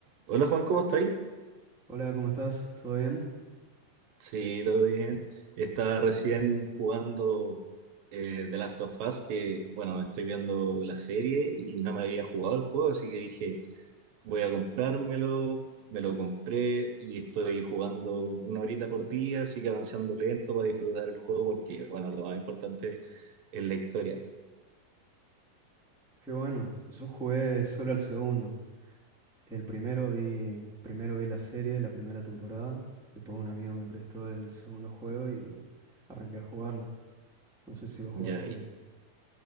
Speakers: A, on the right (about 70°); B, in the centre.
A: Hola Juan, ¿cómo estás?
B: Hola, ¿cómo estás? ¿Todo bien?
A: Sí, todo bien. Estaba recién jugando eh, The Last of Us, que bueno, estoy viendo la serie y no me había jugado el juego, así que dije, voy a comprármelo, me lo compré y estoy jugando una horita por día, así que avanzando lento para disfrutar el juego porque bueno, lo más importante es la historia.
B: Qué bueno. Yo jugué solo al segundo. El primero vi, primero vi la serie, la primera temporada. Después un amigo me prestó el segundo juego y arranqué a jugarlo. No sé si vos jugaste
A: Ya,
B: el...